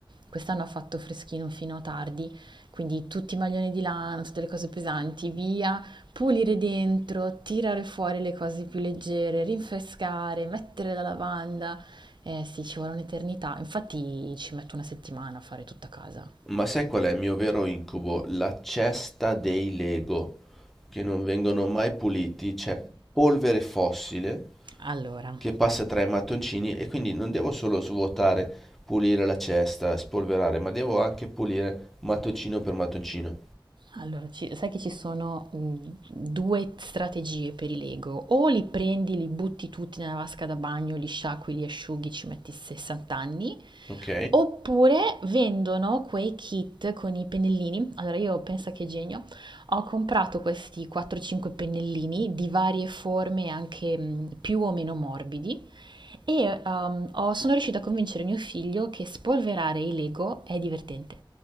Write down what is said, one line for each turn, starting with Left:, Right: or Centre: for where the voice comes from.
Right: Quest'anno ha fatto freschino fino a tardi, quindi tutti i maglioni di lana, tutte le cose pesanti, via, pulire dentro, tirare fuori le cose più leggere, rinfrescare, mettere la lavanda. Eh sì, ci vuole un'eternità. Infatti ci metto una settimana a fare tutta casa. <laughs>
Centre: Ma sai qual è il mio vero incubo? La cesta dei Lego, che non vengono mai puliti, c'è polvere fossile
Right: Allora,
Centre: che passa tra i mattoncini e quindi non devo solo svuotare, pulire la cesta, spolverare, ma devo anche pulire mattoncino per mattoncino.
Right: Allora, ci- sai che ci sono mh, due strategie per i Lego. O li prendi, li butti tutti nella vasca da bagno, li sciacqui, li asciughi, ci metti 60 anni.
Centre: Ok?
Right: Oppure vendono quei kit con i pennellini. Allora io pensa che genio, ho comprato questi 4-5 pennellini di varie forme, anche mh, più o meno morbidi, e ehm, ho- sono riuscita a convincere mio figlio che spolverare i Lego è divertente.